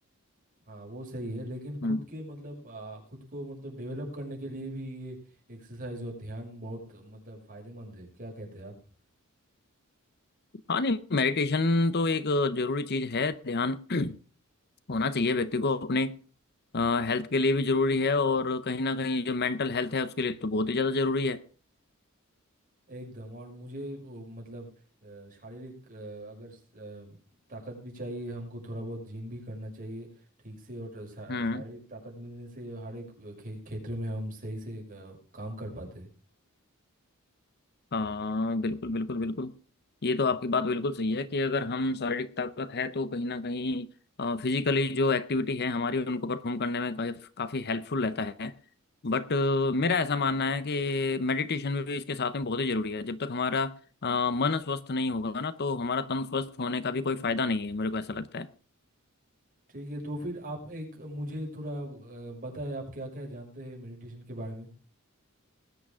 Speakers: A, on the right (about 40°); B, on the left (about 50°).
A: हाँ वो सही है लेकिन खुद
B: हम्म
A: के मतलब आ, खुद को मतलब डेवलप करने के लिए भी ये एक्सरसाइज और ध्यान बहुत मतलब फायदेमंद है क्या कहते हैं आप
B: हाँ नहीं मेडिटेशन तो एक जरूरी चीज़ है ध्यान <clears throat> होना चाहिए व्यक्ति को अपने हेल्थ के लिए भी जरूरी है और कहीं ना कहीं जो मेंटल हेल्थ है उसके लिए तो बहुत ही ज़्यादा जरूरी है
A: एकदम और मुझे वो, मतलब अ, शारीरिक अ, अगर स- अ, ताकत भी चाहिए हमको थोड़ा बहुत जिम भी करना चाहिए ठीक से और शा-
B: हम्म
A: शारीरिक ताकत मिलने से हर एक अ, खे, क्षेत्र में हम सही से अ, काम कर पाते हैं
B: हाँ बिल्कुल बिल्कुल बिल्कुल ये तो आपकी बात बिल्कुल सही है कि अगर हम शारीरिक ताकत है तो कहीं ना कहीं फिजिकली जो एक्टिविटी है हमारी उनको परफॉर्म करने में काफ़ी काफ़ी हेल्पफुल रहता है बट मेरा ऐसा मानना है कि मेडिटेशन भी इसके साथ में बहुत ही ज़रूरी है जब तक हमारा अ, मन स्वस्थ नहीं होगा ना तो हमारा तन स्वस्थ होने का भी कोई फ़ायदा नहीं है मेरे को ऐसा लगता है
A: ठीक है तो फिर आप एक मुझे थोड़ा अ, बताएं आप क्या क्या जानते हैं मेडिटेशन के बारे में